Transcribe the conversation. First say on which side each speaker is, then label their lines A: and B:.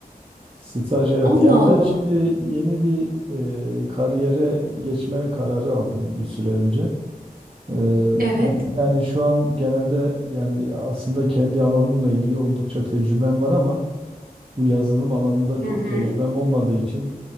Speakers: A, on the right (about 35°); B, on the right (about 65°).
A: Staj evet.
B: Allah
A: Yani ben
B: Allah.
A: şimdi yeni bir e, kariyere geçme kararı aldım bir süre önce. Ee,
B: Evet.
A: yani şu an genelde yani aslında kendi alanımla ilgili oldukça tecrübem var ama bu yazılım alanında
B: Hı
A: çok
B: hı.
A: tecrübem olmadığı için